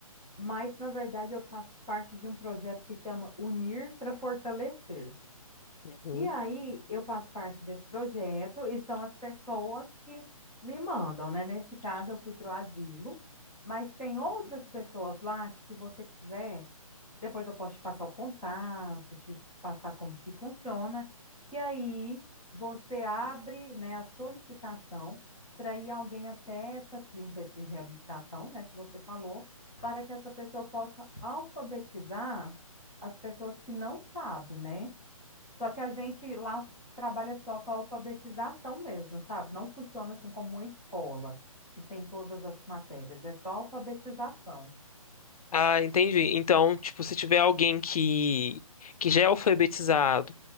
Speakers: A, in the centre; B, on the left (about 75°).
A: mas na verdade eu faço parte de um projeto que chama Unir para Fortalecer.
B: Uhum.
A: E aí eu faço parte desse projeto e são as pessoas que me mandam, né? Nesse caso eu fui para o asilo, mas tem outras pessoas lá que se você quiser, depois eu posso te passar o contato, te passar como que funciona, que aí você abre, né, a solicitação para ir alguém até essa clínica de reabilitação, né, que você falou, para que essa pessoa possa alfabetizar as pessoas que não sabem, né? Só que a gente lá trabalha só com a alfabetização mesmo, sabe? Não funciona assim como uma escola que tem todas as matérias, é só alfabetização.
B: Ah, entendi. Então, tipo, se tiver alguém que, que já é alfabetizado,